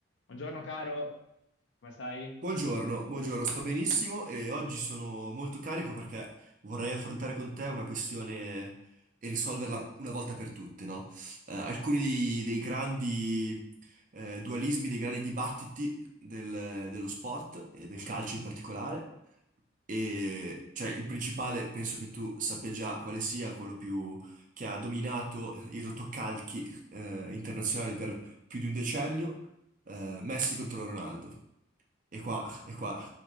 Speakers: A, on the left; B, on the right.
A: Buongiorno caro, come stai?
B: Buongiorno, buongiorno, sto benissimo e oggi sono molto carico perché vorrei affrontare con te una questione e risolverla una volta per tutte, no? Eh, alcuni dei, dei grandi eh, dualismi, dei grandi dibattiti del- dello sport e del calcio in particolare. E cioè, il principale penso che tu sappia già quale sia quello più che ha dominato i rotocalchi eh, internazionali per più di un decennio, eh, Messi contro Ronaldo. E qua, e qua